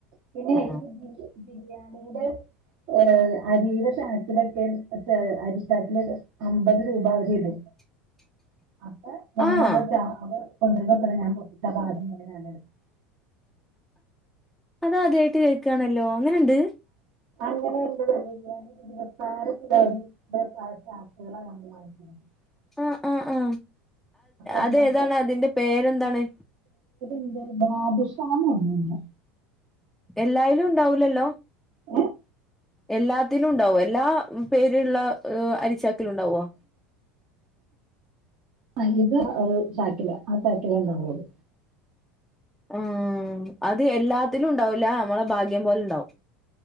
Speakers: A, on the right (about 55°); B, in the centre.
A: പിന്നെ
B: ആഹ്
A: ബിരിയാണിയുടെ- ഏ അരിയുടെ ചാക്കിലൊക്കെ അരി ചാക്കിലൊക്കെ അമ്പതുരൂപ വരെ ഇടും
B: <inaudible>
A: അപ്പൊ ഞാനതു,
B: ആഹ്
A: ഞാനത് കൊണ്ടിരുന്നത്ര ഞാൻ പൊട്ടപ്പാദ്യം തന്നെ ഞാൻ എടുക്കും.
B: അത് ആദ്യായിട്ടു കേക്കാണല്ലോ അങ്ങനയുണ്ട്
A: അങ്ങനെയുണ്ട് ബിരിയാണി ഇരുപത്താറു കിലോ ഇ പ ആായിുന്നത് <unintelligible>
B: ആ ആ ആ
A: അതിനകത്ത്
B: അതേതാണ് അതിന്റെ പേരെന്താണ്
A: ഉണ്ട് ബാദുഷാന്നാ പറയുന്നേ
B: എല്ലായാലും ഉണ്ടാവൂലല്ലോ
A: ഏഹ്
B: എല്ലാത്തിനും ഉണ്ടാകുവോ എല്ലാ പേരിലുള്ള അരിച്ചാക്കിലുമുണ്ടാകുവോ
A: ഇത്‌ ഇതൊരു ചാക്കില ആ ചാക്കിലേയുണ്ടാകുമത്.
B: ആ അത് എല്ലാത്തിലുമുണ്ടാവൂല. നമ്മുടെ ഭാഗ്യം പോലെയുണ്ടാവും